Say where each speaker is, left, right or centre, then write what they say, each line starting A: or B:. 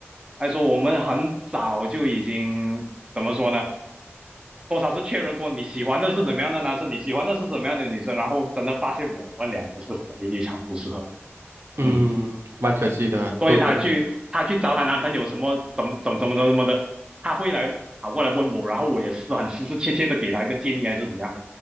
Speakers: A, on the right (about 15°); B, on the right (about 65°).
A: 还说我们很早就已经怎么说呢？多少是确认过你喜欢的是怎么样的男生，你喜欢的是怎么样的女生，然后真的发现我们两个是非常不适合，
B: 嗯，
A: 嗯。
B: 蛮可惜的，
A: 所以她去她去找她男朋友什么怎么怎么怎么怎么的，
B: 都真的，
A: 她会来跑过来问我，然后我也是很实实切切的给她一个建议还是怎样，